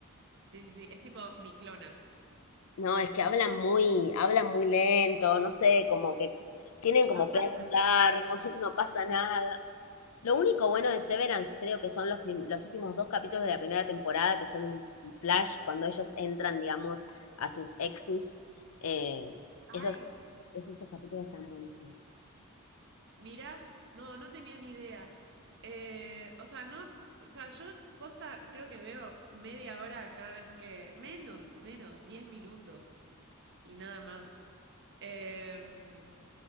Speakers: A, on the right; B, on the left.
A: Sí, sí, sí, es tipo mi clona.
B: No, es que hablan muy, hablan muy lento, no sé, como que tienen como
A: No
B: planes
A: pasa nada.
B: largos, <laughs> no pasa nada. Lo único bueno de Severance creo que son los, prim- los últimos dos capítulos de la primera temporada, que son un, f- un flash, cuando ellos entran, digamos, a sus exus. eh,
A: Ay.
B: esos, esos capítulos están buenísimos.
A: Mira, no, no tenía ni idea. Eh, o sea, no, o sea, yo posta creo que veo media hora cada vez que, menos, menos, 10 minutos y nada más. Em,